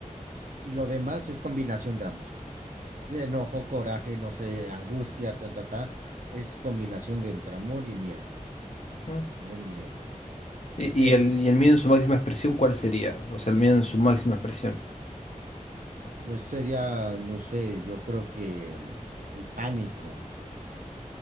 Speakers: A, on the right; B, on the left.
A: Y lo demás es combinación de ambos. Sí, Enojo, coraje, no sé, angustia, ta, ta, ta. Es combinación de entre amor y miedo.
B: Ujú.
A: Amor y miedo.
B: Y,
A: ¿Por qué?
B: y el, y el miedo en su máxima expresión, ¿cuál sería? O sea, el miedo en su máxima expresión.
A: Pues sería, no sé, yo creo que mm, el pánico,